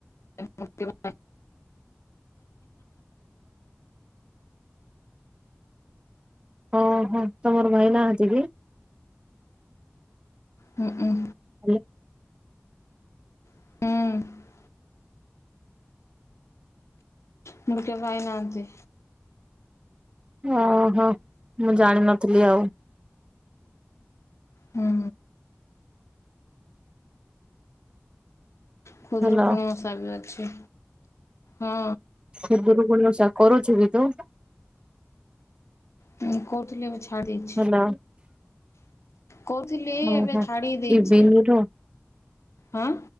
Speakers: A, on the left (about 85°); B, on the right (about 20°).
A: <unintelligible>
B: ଓହୋ ତମର ଭାଇନା ନାହାନ୍ତି କି?
A: ହୁଁ ଉଁ।
B: <unintelligible>
A: ମୋର ମୋର କେହି ଭାଇ ନାହାନ୍ତି।
B: ଓହୋ ମୁଁ ଜାଣିନଥିଲି ଆଉ।
A: ହୁଁ ଖୁଦରୁ
B: ହେଲା
A: କୁଣି ଓଷା ବି ଅଛି। ହଁ।
B: ସେ ଦୁର୍ଗୁଣଷ କରୁଛୁ କି ତୁ?
A: <unintelligible>
B: ହେଲା।
A: କହୁଥିଲି
B: ଓହୋ।
A: ଏବେ ଛାଡ଼ି ଦେଇଛି।
B: ଏ ବିନିର
A: ହାଁ?